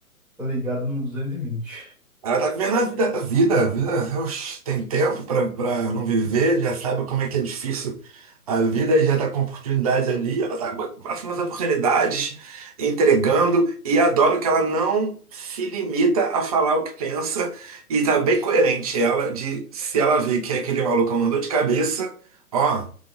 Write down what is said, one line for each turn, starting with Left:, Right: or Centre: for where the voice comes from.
Centre: Tá ligado no 220.
Right: Ela tá vivendo a vida, a vida, a vida, oxe, tem tempo pra pra não viver, já sabe como é que é difícil a vida e já tá com oportunidades ali, ela tá com as oportunidades, entregando, e adoro que ela não se limita a falar o que pensa, e tá bem coerente ela, de se ela vê que aquele maluco andou de cabeça, ó,